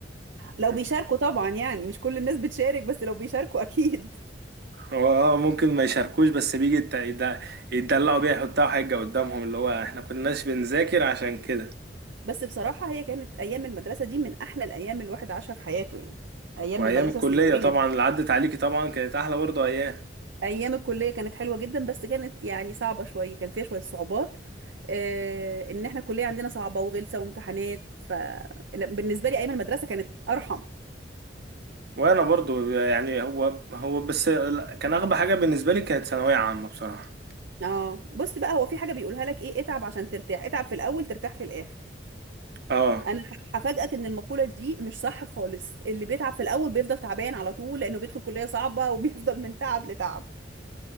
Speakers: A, on the right (about 85°); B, on the right (about 60°).
A: لو
B: <laughs>
A: بيشاركوا طبعا يعني مش كل الناس بتشارك بس لو بيشاركوا <laughs> اكيد
B: هو اه ممكن ما يشاركوش بس بيجي يت- يد- يتدلعوا بيها يحطها حجة قدامهم اللي هو احنا كناش بنذاكر عشان كده
A: بس بصراحة هي كانت ايام المدرسة دي من احلى الايام الواحد عاشها في حياته يعني ايام
B: وايام
A: المدرسة
B: الكلية
A: الثانوية
B: طبعا
A: دي
B: اللي عدت عليكي طبعا كانت احلى برضه ايام
A: ايام الكليه كانت حلوه جدا بس كانت يعني صعبه شويه كان فيها شويه صعوبات آه ان احنا الكليه عندنا صعبه وغلسه وامتحانات ف لا، بالنسبه لي ايام المدرسه كانت ارحم
B: وانا برضه يعني هو هو بس ال- كان اغبى حاجة بالنسبة لي كانت ثانوية عامة بصراحة
A: اه بص بقى هو في حاجه بيقولها لك ايه اتعب عشان ترتاح اتعب في الاول ترتاح في الاخر
B: اه
A: انا ه- هفاجئك ان المقوله دي مش صح خالص اللي بيتعب في الاول بيفضل تعبان على طول لانه بيدخل كليه صعبه <laughs> وبيفضل من تعب لتعب